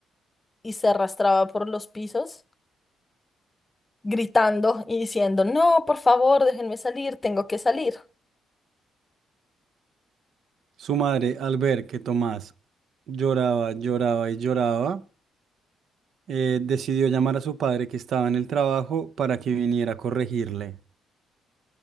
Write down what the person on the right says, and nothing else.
Su madre, al ver que Tomás lloraba, lloraba y lloraba, eh, decidió llamar a su padre que estaba en el trabajo para que viniera a corregirle.